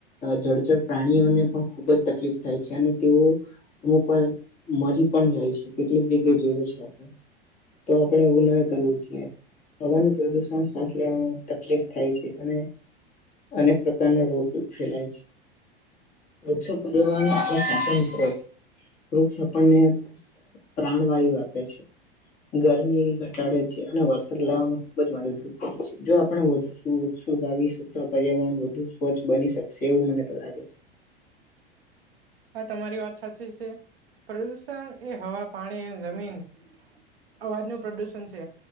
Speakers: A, on the left; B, on the right.
A: જળચર પ્રાણીઓને પણ ખુબ જ તકલીફ થાય છે અને તેઓ અમુક વાર મરી પણ જાય છે કેટલીક જગ્યાએ જોયું છે આપણે તો આપણે એવું ન કરવું જોઈએ. હવાનું પ્રદુષણ શ્વાસ લેવામાં તકલીફ થાય છે અને અનેક પ્રકારના રોગ ફેલાય છે વૃ <unintelligible> આપણાિત્ર વૃક્ષ છાપડને પ્રાણવાયુ આપે છે. ગરમી ઘટાડે છે અને વરસાદ લાવવા ખુબ જ મદદરૂપ કરે છે જો આપ વધ વૃક્ષો આવી પર્યાવરણ વધુ સ્વચ્છ બની શકશે એવું મને તો લાગે છે.
B: <inaudible> આ તમારી વાત સાચી છે પ્રદુષણ એ હવા પાણી એ જમીન અવાજનુંું પ્રદુષણ છે